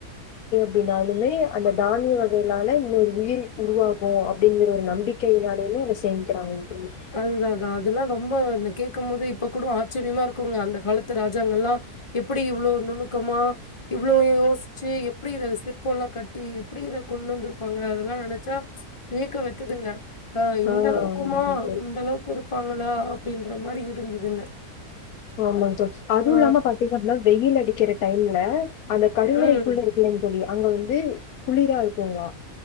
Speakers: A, on the left (about 75°); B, on the left (about 20°).
A: அப்படின்னாலுமே அந்த தானிய வகையிலால இன்னொரு உயிர் உருவாகும் அப்படிங்குற ஒரு நம்பிக்கையினாலயுமே அதை சேமிக்கிறாங்க தோழி
B: அதுதான் அதெல்லாம் ரொம்ப இந்த கேட்க போது இப்ப கூட ஆச்சரியமா இருக்குங்க அந்த காலத்து ராஜாங்க எல்லாம் எப்படி இவ்வளவு நுணுக்கமா இவ்வளோ யோசிச்சு எப்படி இத சிற்பம் எல்லாம் கட்டி எப்படி இத கொண்டு வந்திருப்பாங்க அதெல்லாம் நினைச்சா வெர்க வைக்குதுங்க ஆஹ் இருந்தாலும்
A: ஆ
B: இருக்குமா
A: ஆமாங்
B: இந்த அளவுக்கு இருப்பாங்களா அப்டின்ற மாரி இருந்ததுங்க
A: ஆமா அதுவும்
B: ஆ.
A: இல்லாம பாத்தீங்க அப்பனா வெயில் அடிக்கிற டைம்ல அந்த கடவுரைக்குள்ள
B: ம்.
A: இருக்கலேன்னு தோழி அங்க வந்து குளிரா இருக்கங்களா